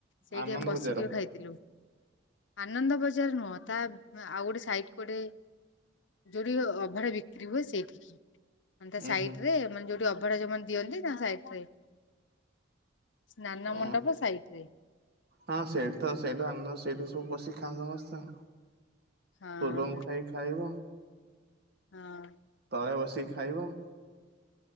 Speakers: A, on the left; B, on the right.
A: ସେଇଠି
B: ଆନନ୍ଦ
A: ଆମେ ବସିକି
B: ବଜାର
A: ବି ଖାଇ - ଥିଲୁ ଆନନ୍ଦ ବଜାର ନୁହଁ ତା ଆଉ ଗୋଟେ ସାଇଟ କୋଡେ ଯୋଉଠି ଅଭଢା ବିକ୍ରି ହୁଏ ସେଇଠିକି ମାନେ ତା
B: ଉୁଁ
A: ସାଇଟ
B: ହୁଁ
A: ରେ ମାନେ ଯୋଉଠି ଅ - ଭଡ଼ା ଯୋଉମାନେ ଦିଅନ୍ତି ତା ସାଇଡ ରେ। ସ୍ନାନ
B: ଓ
A: ମଣ୍ଡପ ସାଇଡ ରେ
B: ହଁ ସେଠି ତ
A: ହଁ
B: ସେଇଟା ସେଠୁ ସବୁ ବଶିକି ଖାଆନ୍ତି ସମସ୍ତେ।
A: ହଁ
B: ପୂର୍ବ ମୁଖା ହେଇ ଖାଇବ
A: ହଁ
B: ତଳେ ବସିକି ଖାଇବ